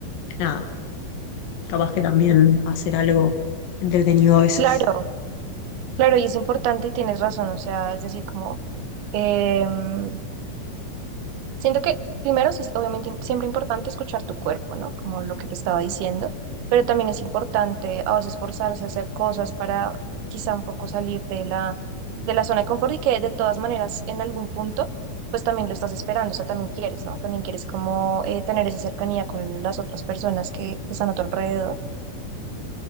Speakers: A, on the left; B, on the right.
A: nada, capaz que también hacer algo entretenido a veces.
B: Claro, claro, y es importante y tienes razón, o sea, es decir, como... em, Siento que primero sí es obviamente im- siempre importante escuchar tu cuerpo, ¿no? Como lo que te estaba diciendo, pero también es importante a veces esforzarse a hacer cosas para quizá un poco salir de la, de la zona de confort y que de todas maneras en algún punto pues también lo estás esperando, o sea, también quieres, ¿no? También quieres como eh, tener esa cercanía con las otras personas que están a tu alrededor